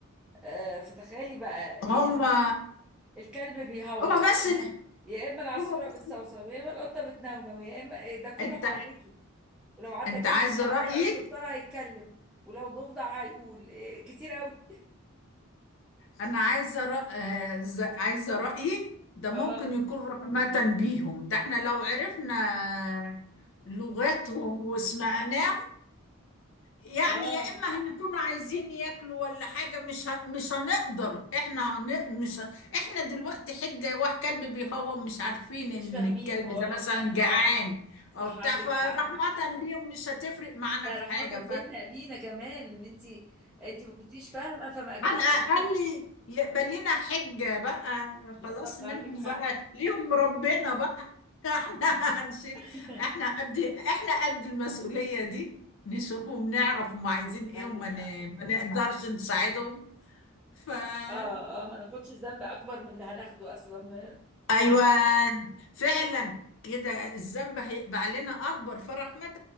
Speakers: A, in the centre; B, on the left (about 60°).
A: آه فتخيلي بقى
B: هما
A: الكلب بيهوهو
B: هما بس
A: يا اما العصفوره
B: هما بس
A: بتصوصو يا اما القطه بتنونو يا اما ده كله
B: انت
A: حواليكي ولو عدى
B: انت
A: جنبك
B: عايزه
A: صرصار
B: رايي
A: صرصار هيتكلم ولو ضفدع هيقول إيه، كتير قوي
B: انا عايزه رأ... آه، ز- عايزه رايي ده ممكن
A: اه
B: يكون رحمه بيهم ده احنا لو عرفنا لغتهم وسمعناهم يعني
A: اه
B: يا اما هنكون عايزين ياكلوا ولا حاجه مش ه... مش هنقدر احنا هن... مش ه... احنا دلوقتي حجه واحد كلب بيهوهو مش عارفين
A: مش
B: ان
A: فاهمين
B: الكلب
A: اه
B: ده مثلا جعان
A: صح
B: او بتاع
A: عندك
B: فرحمه
A: حق
B: بيهم مش هتفرق معانا
A: ده
B: في
A: رحمة
B: حاجه
A: بينا بينا كمان ان انت انت ما كنتيش فاهمة فما اكلتهوش
B: على الأقل يقبل لنا حجة بقى
A: بالظبط
B: خلاص منهم
A: عندك حق
B: بقى ليهم ربنا بقى <laughs> احنا هنشيل
A: <laughs>
B: احنا قد احنا قد المسؤولية دي نشوفهم نعرف هم عايزين ايه
A: عندك
B: وما
A: حق
B: ن...
A: والله
B: ما نقدرش نساعدهم فلا
A: اه اه ما ناخدش الذنب اكبر من اللي هناخده اصلا
B: ايوه فعلا كده الذنب هيبقى علينا اكبر فرحمة